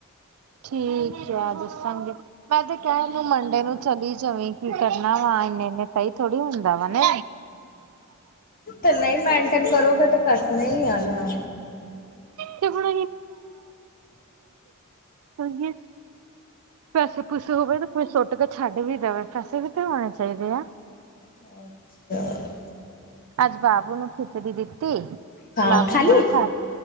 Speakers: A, on the right; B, on the left.
A: ਠੀਕ ਹੈ ਦੱਸਾਂਗੇ ਮੈਂ ਤੇ ਕਹਿ ਤੂੰ ਮੰਡੇ ਨੂੰ ਚਲੀ ਜਾਵੀ। ਕੀ ਕਰਨਾ ਵਾ ਇੰਨੇ ਇਨੇ ਸਹੀ ਥੋੜ੍ਹੀ ਹੁੰਦਾ ਵਾ ਨਾ
B: ਤੇ ਨਹੀਂ ਮੇਨਟੇਨ ਕਰੋਗਾ ਤੇ ਕਟਣੇ ਹੀ ਆ ਨਾ
A: ਤੇ ਹੁਣ <unintelligible> ਹਾਂਜੀ, ਪੈਸੇ ਪੂਸੇ ਹੋਵੇ ਤਾਂ ਕੋਈ ਸੁੱਟ ਕੇ ਛੱਡ ਵੀ ਦੇਵੇ ਪੈਸੇ ਵੀ ਤਾਂ ਹੋਣੇ ਚਾਹੀਦੇ ਆ।
B: ਅੱਛਾ,
A: ਅੱਜ ਬਾਬੂ ਨੂੰ ਖਿਚੜੀ ਦਿੱਤੀ
B: ਹਾਂ
A: ਬਾਬੂ
B: ਖਾਲੀ
A: ਨਈ ਖਾ